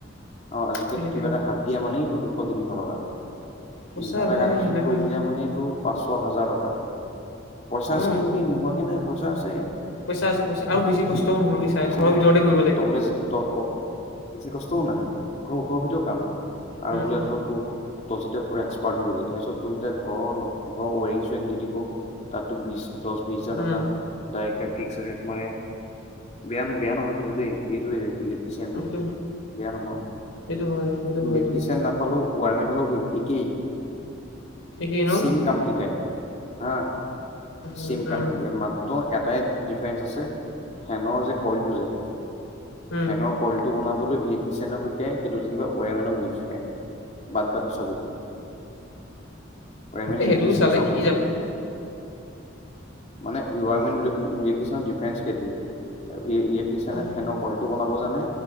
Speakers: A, on the left; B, on the left.
A: আও‌ আজিকালি
B: সেইটোৱে
A: কিবা এটা দিয়া মানে এইটো দুশ তিনিশ টকা
B: সঁচা
A: ইনভাৰ্টাৰ
B: ভাই
A: কানেকশন
B: সিদিনাখন
A: কৰি দিয়া মানে এইটো পাঁচশ হাজাৰ টকা পইচা আছে
B: অ
A: কিন্তু নোহোৱাকে নাই পইচা আছে।
B: পইচা আছে পইচা আৰু বেছি কষ্টও নহয় ছা
A: পইচা
B: ঘৰৰ ভিতৰতে কৰিব লাগে।
A: তবলে ত ত বেছি কষ্টও নাই ঘৰৰ ওখৰ ভিতৰত কাম আৰু
B: উম
A: বোলে ধৰক তোৰ তই যেতিয়া পোৰা এক্সাৰ্ট, গ'ল তাৰপিছত তোৰ যেয়া ঘৰৰ ঘৰৰ ৱৰিং- চোৰিং দি দিব। তাতো বিশ দহ বিশ হাজাৰ টকা।
B: উম
A: দাইকে ফিক্স ৰেট মাৰে বেয়া বেয়া নহয়। কিন্তু দেই এইটো ইলেক্ট্ৰিচিয়ানটো
B: সেইটো
A: বেয়া নহয়।
B: সেইটো হয় সেইটো হয়
A: গিতিচান
B: কিন্তু দেই
A: নাপালোও ৱাৰমেন হলেও গ একেই
B: একেই ন
A: চিম কাম শিকায় হা
B: উম
A: চিম কাম
B: উম
A: মাত্ৰ এটাই ডিফাৰেন্ঞ্চ, আছে ফেনৰ যে কইলটো যে
B: উম
A: ফেনৰ কইলটো বনাবলৈ ইলেক্ট্ৰিচিয়ান, শিকায় সেইটো যেনিব ৱ মেনক নিশিকায় ব ব মিন
B: এ সেইটোও
A: লিচন
B: চালে
A: চভক
B: শিকি
A: <unintelligible>
B: যাম
A: মানে ইনভাৰৰমেট, ইলেক্ট্ৰিচিয়, ডিফেন্ঞ্চ সেইটোৱে ইলেক্ট্ৰচিয়ানে
B: অ
A: ফেনক ইলটো বনাব জানে